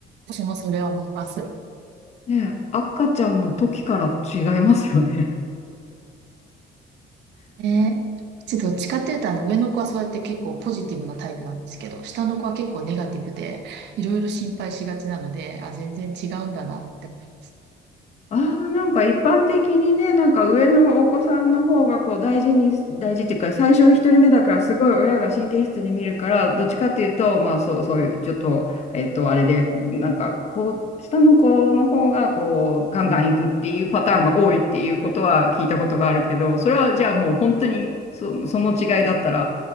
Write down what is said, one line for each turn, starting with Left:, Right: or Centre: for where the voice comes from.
Right: 私もそれを思います。
Left: ねえ、赤ちゃんの時から違いますよね。
Right: ねえちょっとどっちかっていうと、あの、上の子はそうやって結構ポジティブなタイプなんですけど、下の子は結構ネガティブで、いろいろ心配しがちなので、あ、全然違うんだなって思います。
Left: ああ、なんか一般的にね、なんか上のお子さんの方がこう大事に、大事っていうか、最初一人目だからすごい親が神経質に見るから、どっちかっていうと、まあそう、そういうちょっと、えっと、あれで、なんかこう、下の子の方がこう、ガンガンいくっていうパターンが多いっていうことは聞いたことがあるけど、それはじゃあもう本当にそ、その違いだったら、